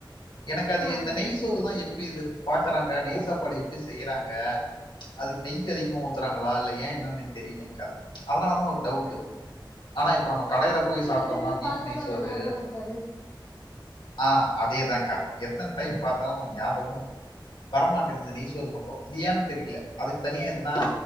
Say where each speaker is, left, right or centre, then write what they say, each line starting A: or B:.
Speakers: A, on the left (about 70°); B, on the left (about 30°).
A: எனக்கு அது
B: ஆ
A: இந்த நெய் சோறு தா எப்படி இது பாக்குறாங்க நெய் சாப்பாடு எப்பிடி செய்யறாங்க அதுக்கு நெய் அதிகமா ஊத்துறாங்களா இல்ல ஏ என்ன எனக்கு தெரியலங்க்கா அதனால தான் ஒரு டவுட்டு
B: ஆ
A: ஆனா இப்ப நம்ம
B: நா
A: கடேல
B: எத்தன
A: போய்
B: வாட்டி
A: சாப்ட்டோம்னா
B: கிட்ட நின்னு
A: பீப்
B: பாத்தாலு
A: நெய்சோரு
B: ஆனா ஞாபகோ இருக்காது
A: ஆஹ் அதேதான்கா எத்தன டைம் பாத்தாலு நமக்கு ஞாபகமே வர மாட்டேதுது நெய்சோறு மட்டும் அது ஏன்னு தெரியல அதுக்கு தனியா எதுனா